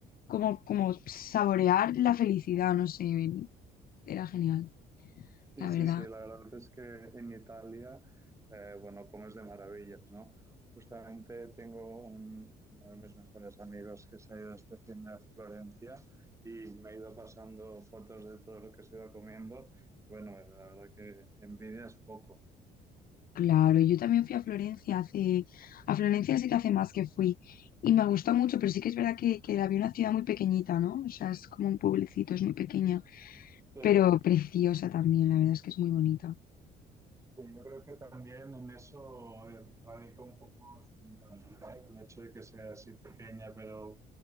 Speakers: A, on the left (about 60°); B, on the right (about 15°).
A: como, como saborear la felicidad, no sé, era genial,
B: Sí,
A: la
B: sí,
A: verdad.
B: sí, la verdad es que en Italia, eh, bueno, comes de maravillas, ¿no? Justamente tengo un- uno de mis mejores amigos que se ha ido este fin de a Florencia y me ha ido pasando fotos de todo lo que se va comiendo. Bueno, la verdad que envidia es poco.
A: Claro, yo también fui a Florencia hace, a Florencia sí que hace más que fui y me gustó mucho, pero sí que es verdad que, que la vi una ciudad muy pequeñita, ¿no? O sea, es como un pueblecito, es muy pequeña,
B: Sí.
A: pero preciosa también, la verdad es que es muy bonita.
B: Sí, yo creo que también en eso eh, radica un poco su encanto, ¿no? el hecho de que sea así pequeña, pero